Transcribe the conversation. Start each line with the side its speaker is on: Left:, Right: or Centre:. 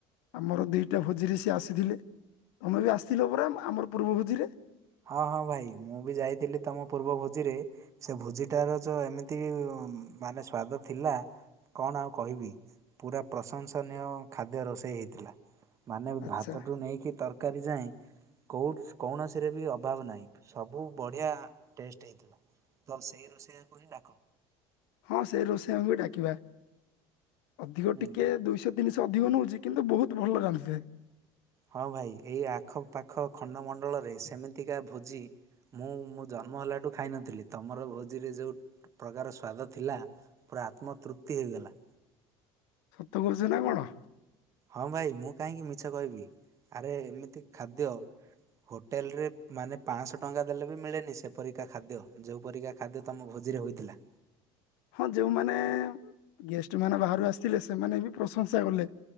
Left: ଆମର ଦିଇଟା ଭୋଜିରେ ସିଏ ଆସିଥିଲେ ତମେ ବି ଆସିଥିଲ ପୁରା ଆମର ପୂର୍ବ ଭୋଜିରେ
Right: ହଁ ହଁ ଭାଇ ମୁଁ ବି ଯାଇଥିଲି ତମ ପୂର୍ବ ଭୋଜିରେ ସେ ଭୋଜିଟାର ଯଉ ଏମିତି ମାନେ ସ୍ଵାଦ ଥିଲା କଣ ଆଉ କହିବି ପୁରା ପ୍ରଶଂସନୀୟ ଖାଦ୍ୟ ରୋଷେଇ ହେଇଥିଲା। ମାନେ
Left: ଆଚ୍ଛା
Right: ଭାତଠୁ ନେଇକି ତରକାରୀ ଯାଏଁ। କୋଉ କଣ ଆସି ରେ ବି ଅଭାବ ନାହି ସବୁ ବଢ଼ିଆ ଟେଷ୍ଟ ହେଇଥିଲା। ରୋଷେଇଆକୁ ହିଁ ଡାକ।
Left: ହଁ ସେଇ ରୋଷେଇଆ ଆମ ବି ଡାକିବା ଅଧିକ
Right: ହୁଁ।
Left: ଟିକେ ଦୁଇଶ ଜିନିଷ ଅଧିକ ନେଉଛି କିନ୍ତୁ ବହୁତ ଭଲ ଜାଣିଥାଏ।
Right: ହଁ ଭାଇ ଏଇ ଆଖପାଖ ଖଣ୍ଡମଣ୍ଡଳରେ ସେମିତିକା ଭୋଜି ମୁଁ ମୋ ଜନ୍ମ ହେଲାଠୁ ଖାଇନଥିଲି ତମର ଭୋଜିରେ ଯେଉଁ ପ୍ରକାର ସ୍ୱାଦ ଥିଲା ପୁରା ଆତ୍ମତୃପ୍ତି ହୋଇଗଲା।
Left: ସତ କହୁଛ ନା କଣ?
Right: ହଁ ଭାଇ ମୁଁ କାହିଁକି ମିଛ କହିବି ଆରେ ଏମିତି ଖାଦ୍ୟ ହୋଟେଲରେ ମାନେ ପାଞ୍ଚଶହ ଟଙ୍କା ଦେଲେ ବି ମିଳେନି ସେପରିକା ଖାଦ୍ୟ ଯେଉଁପରିକା ଖାଦ୍ୟ ତମ ଭୋଜିରେ ହୋଇଥିଲା।
Left: ହଁ ଯୋଉମାନେ ଗେଷ୍ଟ ମାନ ବାହାରୁ ଆସିଥିଲେ ସେମାନେ ବି ପ୍ରଶଂସା କଲେ